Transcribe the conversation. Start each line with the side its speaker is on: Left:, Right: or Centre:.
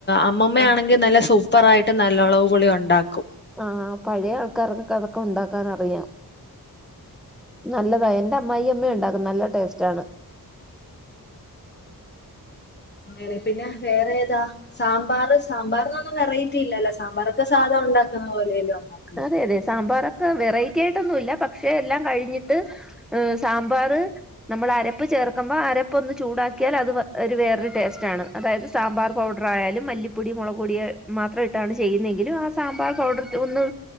Left: അമ്മമ്മ
Centre: ആ
Left: ആണെങ്കിൽ നല്ല സൂപ്പർ ആയിട്ട് നല്ലോളവ്പൊളി ഉണ്ടാക്കും.
Centre: ആഹ് പഴയ ആൾക്കാർക്കൊക്കെ അതൊക്കെ ഉണ്ടാക്കാൻ അറിയാം. നല്ലതായി എന്റെ അമ്മായി അമ്മ ഉണ്ടാക്കും നല്ല ടേസ്റ്റ ആണ്.
Left: അങ്ങനെ പിന്നെ വേറെ ഏതാ. സാമ്പാർ സാമ്പാറിനൊന്നും വെറൈറ്റി ഇല്ലല്ലോ സാമ്പാറൊക്കെ സാധാ ഉണ്ടാക്കുന്ന പോലെലും അല്ലെ.
Centre: അതെ അതെ സാമ്പാറൊക്കെ വെറൈറ്റി ആയിട്ടൊന്നുല്ല പക്ഷെ എല്ലാം കഴിഞ്ഞിട്ട്. ഉം സാമ്പാർ. നമ്മൾ അരപ്പ് ചേർക്കുമ്പോ അരപ്പ് ഒന്ന് ചൂടാക്കിയാൽ അത് ഒരു വേറൊരു ടേസ്റ്റ് ആണ്. അതായത് സാമ്പാർ പൗഡർയാലും മല്ലിപ്പൊടി മുളക് പൊടിയ മാത്രം ഇട്ടാണ് ചെയ്യുന്നെങ്കിലും ആ സാമ്പാർ പൗഡർ ഒന്ന്.